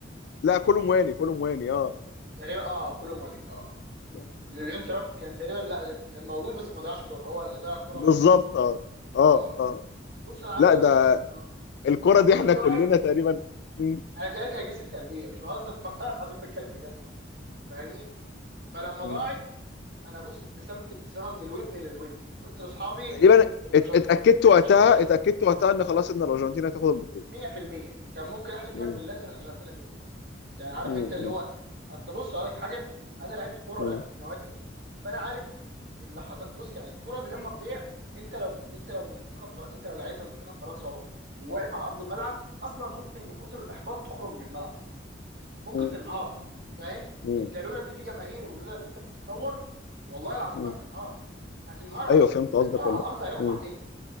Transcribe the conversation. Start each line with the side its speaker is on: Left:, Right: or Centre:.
Left: لا كولومواني كولومواني اه
Right: تقريبا اه كولو ماني اه
Left: آه.
Right: ليون ترامب كان تقريبا لا كان موجود بس ما ضيعش كوره هو اللي ضيع الكوره
Left: بالظبط
Right: ماني
Left: اه
Right: اه
Left: اه
Right: اه
Left: اه
Right: بص انا عايز
Left: لا
Right: اقول
Left: ده
Right: لك لما
Left: الكره
Right: لما الكوره
Left: دي احنا
Right: دي ضاعت
Left: كلنا تقريبا م.
Right: انا تقريبا كان جلسه قلبيه مش بهزر <laughs> والله العظيم بتكلم بجد فاهمني فلما
Left: م.
Right: ضاعت انا بص ابتسمت ابتسامه من الودن للودن قلت لاصحابي
Left: تقريبا
Right: الأرجن-
Left: ات- اتاكدت وقتها
Right: الارجنتين كسبت
Left: اتاكدت وقتها ان خلاص ان الارجنتين هتاخد البطوله
Right: 100% كان ممكن احلف
Left: مم.
Right: لك بالله ان الارجنتين هتكسب يعني عارف
Left: مم.
Right: انت اللي هو اصل بص اقول لك حاجه انا لعبت كوره
Left: مم.
Right: ولعبت في نوادي فانا عارف اللحظات بص يعني كرة زي دي لما تضيع انت لو انت لو من منتخب فر... انت لو لعيب من منتخب فرنسا و- وواقف على ارض الملعب اصلا ممكن من كتر الاحباط تخرج من الملعب ممكن
Left: مم.
Right: تنهار فاهم
Left: مم.
Right: انت لولا ان في جماهير ولولا ان انت بتتصور والله العظيم
Left: مم.
Right: هتنهار هتنهار
Left: ايوه
Right: هت...
Left: فهمت قصدك
Right: هتقع على
Left: ولا
Right: الارض هيغمى
Left: مم.
Right: عليك